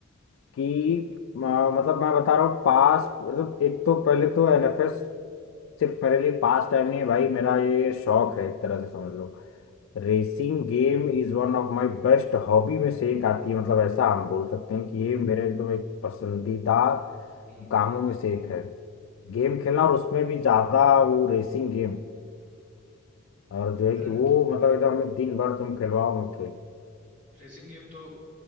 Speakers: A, on the left; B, on the right.
A: कि अ, मतलब मैं बता रहा हूँ पास मतलब एक तो पहले तो एनएफएस सिर्फ मेरे लिए पास टाइम नहीं है भाई मेरा ये शौक है एक तरह से समझ लो Racing game is one of my best hobby में से एक आती है मतलब ऐसा हम बोल सकते हैं कि ये मेरा एकदम एक पसंदीदा
B: हम्म
A: कामों
B: हम्म
A: में से एक है गेम खेलना और उसमें भी ज्यादा वो रेसिंग गेम और जो है
B: अरे
A: कि वो मतलब
B: रे,
A: एकदम हमें दिन भर तुम खिलवाओ खेल
B: रेसिंग गेम तो